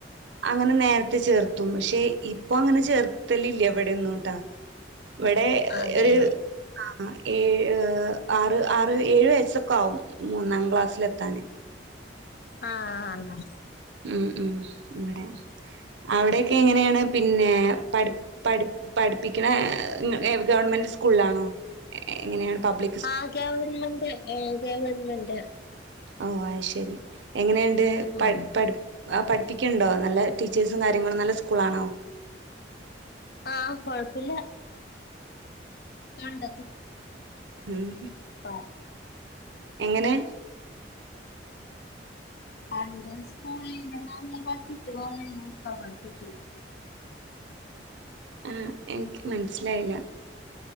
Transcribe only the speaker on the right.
അങ്ങനെ നേരത്തെ ചേർത്തും. പക്ഷെ ഇപ്പൊ അങ്ങനെ ചേർത്തലില്ല്യ ഇവിടെന്നും ട്ടാ ഇവിടെ
ഒരു ആഹ് ഏഴ് ആറ് ആറ് ഏഴ് വയസ്സോക്കെ ആവും മൂന്നാം ക്ലാസ്സിലെത്താന്.
മം മം ഇവിടെ അവിടെയക്കെ എങ്ങനെയാണ്. പിന്നെ പഠി പഠി പഠിപ്പിക്കണെ ഗവൺമെന്റ് സ്കൂളാണോ എങ്ങനെയാണ് പബ്ലിക്.
ഓഹ് അയ്ശരി എങ്ങനെണ്ട്
പഠി പഠി പഠിപ്പിക്കിൻ ണ്ടോ നല്ല ടീച്ചേഴ്സും കാര്യങ്ങളും നല്ല സ്കൂളാണോ?
ഉം
എങ്ങനെ
ആഹ് എനിക്ക് മനസ്സിലായില.